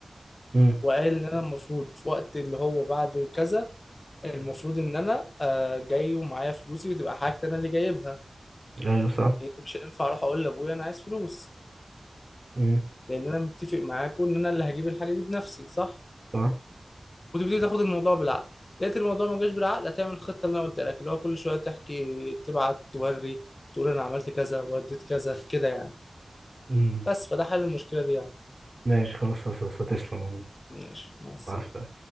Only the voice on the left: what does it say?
وقال ان انا المفروض في وقت اللي هو بعد كذا المفروض ان انا آه، جاي ومعايا فلوسي وتبقى حاجتي انا اللي جايبها
لان مش هينفع اروح اقول لابويا انا عايز فلوس
لان انا متفق معاكم ان انا اللي هجيب الحاجه دي بنفسي صح
وتبتدي تاخد الموضوع بالعقل لقيت الموضوع ما جاش بالعقل هتعمل الخطه اللي انا قلت لك اللي هو كل شويه تحكي تبعت توري تقول انا عملت كذا وديت كذا كده يعني
بس فده حل المشكله دي يعني
ماشي مع السلامة